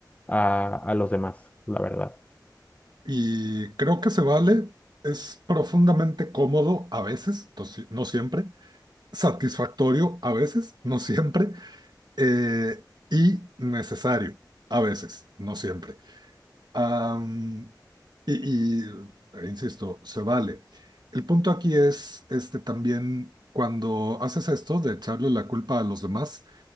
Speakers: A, on the left (about 20°); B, on the right (about 65°).
A: a, a los demás, la verdad.
B: Y creo que se vale, es profundamente cómodo a veces, no si- no siempre, satisfactorio a veces, no siempre, eh, y necesario a veces, no siempre. Am, y, y, eh, insisto, se vale. El punto aquí es este también cuando haces esto de echarle la culpa a los demás,